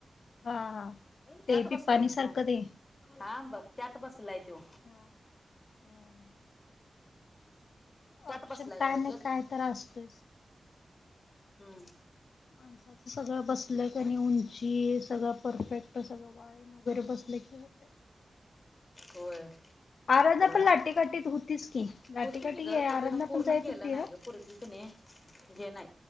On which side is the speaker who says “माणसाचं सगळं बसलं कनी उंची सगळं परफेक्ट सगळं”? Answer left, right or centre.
Left